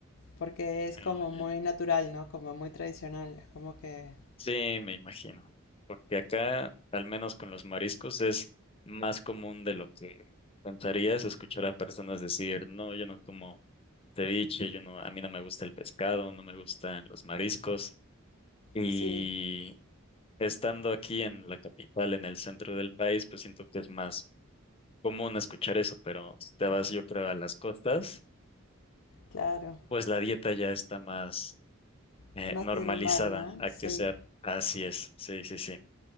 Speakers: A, on the left; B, on the left.
A: Porque es
B: Ah,
A: como
B: ya,
A: muy
B: ya.
A: natural, ¿no? Como muy tradicional. Es como que,
B: Sí, me imagino. Porque acá, al menos con los mariscos, es más común de lo que pensarías escuchar a personas decir, no, yo no como ceviche, yo no, a mí no me gusta el pescado, no me gustan los mariscos. Y
A: sí,
B: Estando aquí en la capital, en el centro del país, pues siento que es más común escuchar eso, pero si te vas, yo creo, a las costas,
A: claro.
B: pues la dieta ya está más eh,
A: Es más
B: normalizada
A: del mar, ¿no?
B: a
A: Sí.
B: que sea así es, sí, sí, sí.